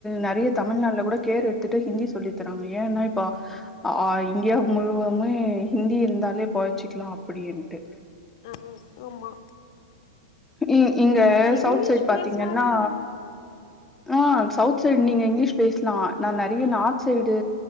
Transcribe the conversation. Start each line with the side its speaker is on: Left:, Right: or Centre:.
Centre: நெறைய தப் தமிழ்நாட்டுல கூட கேர் எடுத்துட்டு ஹிந்தி சொல்லி தர்றாங்க ஏன்னா இப்ப ஆ இந்தியா முழுவதுமே ஹிந்தி இருந்தாலே பொழச்சிக்கலா அப்டின்ட்டு
Left: ஆ ஆமா
Centre: ம் இங்க
Left: இல்ல இங்கிலீஷ்
Centre: சவுத் சைட் பாத்தீங்கன்னா
Left: பேசினாலே வந்து
Centre: ஆ சவுத் சைடு நீங்க இங்கிலீஷ் பேசலா நா நெறையா நார்த் சைடு